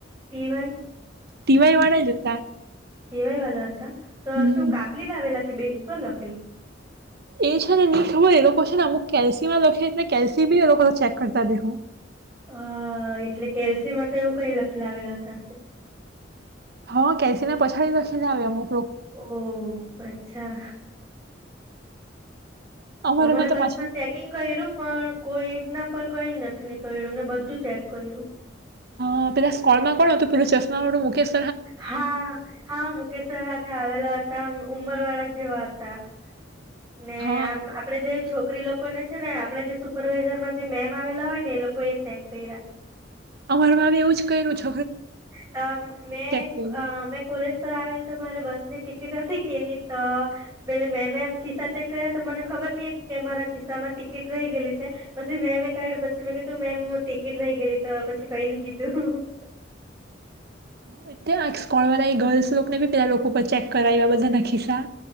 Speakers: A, on the right (about 20°); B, on the right (about 60°).
A: તેવાય.
B: દિવાય વાળા જ હતા.
A: તેવાય વાલા. તો
B: હમ
A: શું કાપલી લાવેલા કે બેન. પપ લખલું.
B: એ છે ને ની ખબર એ લોકો છે નેમુક કેલ્સિયમ ના લખેીને કેલ્સિયમ એ લોકો ચેક કરતા દેહું.
A: હ એટલે કેલસી માં તો એવું કઈ લખી લાવેલા ત હશે.
B: હ કેસીિના પછાડીને દખીને આવેવેમું.
A: ઓહ અચ્છા. <inaudible>
B: અમારામાં
A: અમારે ક્લાસમાં
B: તો પાછું
A: ચેકિંગ કર્યું પણ કોઈ. ના પણ કઈ નથી નીકળ્યું બધું ચેક કર્યું.
B: હા, પેલા સ્કોર્ડમાં કોણું પેલો ચશ્મા વાળો મૂકેશ
A: હા હા, મુકેશભાઈ હાથે આવેલા. તેમ ઉમ્મરવાળા જેવા હતા હતા. ને
B: હા
A: આમ આપડે જે છોક છોકરી લોકોને છે ને આપણેે જે સુપરવાઈઝરમાં જે મેમ આવેલા હોય ને એ લોકો એ ચેક કર્યા.
B: અમારામાં એવું જ કર્યું છે.
A: અ મેં
B: કર્યું.
A: અ મેં કોલેજ પર આવેલ. તો મારે બસની ટિકિટ હતી કેની તો પેલે મેમે આમ ખિસ્સા ચેક કર્યા તો મને ખબર નઈ કે મારા ખિસ્સા માં ટિકિટ રહી ગયલી છે પછી મેમે કહ્યું પછી મેં કીધું મેમ ટિકિટ રહી ગયલી તો પછી કઈ ન કીધું.
B: વિદ્યા આજે સ્કોલર આવી ગર્લ્સ લોકો ને બી ત્યાં લોકોના ચેક કરાવ્યા બધા ન ખીસ્સા.